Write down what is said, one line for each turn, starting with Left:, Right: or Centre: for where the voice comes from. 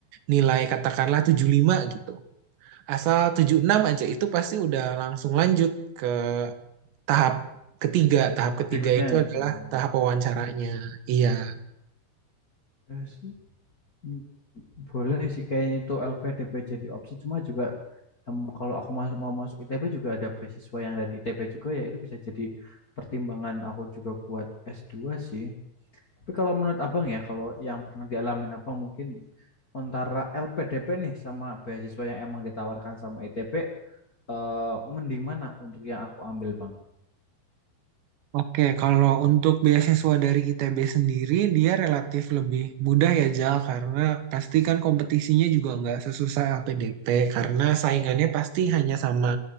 Right: nilai katakanlah 75 gitu, asal 76 aja itu pasti udah langsung lanjut ke tahap ketiga. Tahap ketiga
Left: Berikutnya.
Right: itu adalah
Left: Oh,
Right: tahap wawancaranya. Iya.
Left: ya sih. Hmm, Boleh sih kayaknya itu LPDP jadi opsi. Cuma juga em, kalau aku masuk mau masuk ITB juga ada beasiswa yang dari ITB juga ya itu bisa jadi pertimbangan aku juga buat S2 sih. Tapi kalau menurut Abang ya, kalau yang pernah dialamin Abang mungkin antara LPDP nih sama beasiswa yang emang ditawarkan sama ITB eh, mending mana untuk yang aku ambil, Bang?
Right: Oke, kalau untuk beasiswa dari ITB sendiri, dia relatif lebih mudah ya, Jal, karena pasti kan kompetisinya juga nggak sesusah LPDP, karena saingannya pasti hanya sama